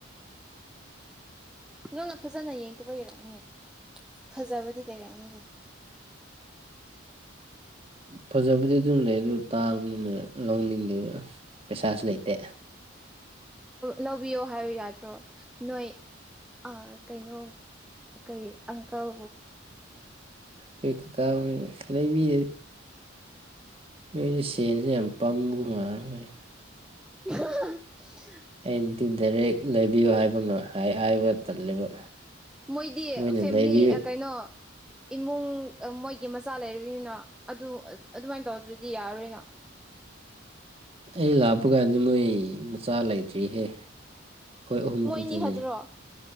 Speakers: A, in the centre; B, on the right (about 30°).
A: ꯅꯪꯅ ꯐꯖꯅ ꯌꯦꯡꯗꯕ ꯌꯔꯛꯅꯦ ꯐꯖꯕꯗꯤ ꯂꯩꯔꯝꯃꯗꯦ
B: ꯐꯖꯕꯗꯤ ꯑꯗꯨꯝ ꯂꯩ ꯑꯗꯨ ꯇꯥꯡꯕꯅꯤꯅ ꯂꯧꯅꯤꯡꯗꯦꯕ ꯄꯩꯁꯥꯁꯨ ꯂꯩꯇꯦ
A: ꯂꯧꯕꯤꯌꯣ ꯍꯥꯏꯌꯨ ꯌꯥꯗ꯭ꯔꯣ ꯅꯣꯏ ꯑ ꯀꯩꯅꯣ ꯀꯩ ꯑꯪꯀꯜ
B: ꯀꯩ ꯀꯇꯥꯕ ꯂꯩ ꯂꯩꯕꯤ ꯅꯣꯏꯁ ꯁꯦꯟꯁꯦ ꯌꯥꯝ ꯄꯥꯝꯕ ꯉꯥꯡꯉꯣꯏꯁꯤ
A: <unintelligible>
B: ꯑꯩꯗꯤ ꯗꯥꯏꯔꯦꯛ ꯂꯩꯕꯤꯌꯨ ꯍꯥꯏꯕ ꯍꯥꯏꯕ ꯇꯜꯂꯦꯕ
A: ꯃꯣꯏꯗꯤ
B: ꯃꯣꯏꯅ
A: ꯐꯦꯂꯤ
B: ꯂꯩꯕꯤꯌꯨ
A: ꯀꯩꯅꯣ ꯏꯃꯨꯡ ꯃꯣꯏꯒꯤ ꯃꯆꯥ ꯂꯩ ꯑꯗꯨꯅ ꯑꯗꯨ ꯑꯗꯨꯃꯥꯏꯅ ꯇꯧꯗ꯭ꯔꯗꯤ ꯌꯥꯔꯣꯏꯅ
B: ꯑꯩ ꯂꯥꯛꯄ ꯀꯥꯟꯗ ꯃꯣꯏ ꯃꯆꯥ ꯂꯩꯇ꯭ꯔꯤꯍꯦ ꯑꯩꯈꯣꯏ ꯑꯍꯨꯝ
A: ꯃꯣꯏꯅꯤ
B: ꯈꯛꯇꯅꯤ
A: ꯈꯛꯇ꯭ꯔꯣ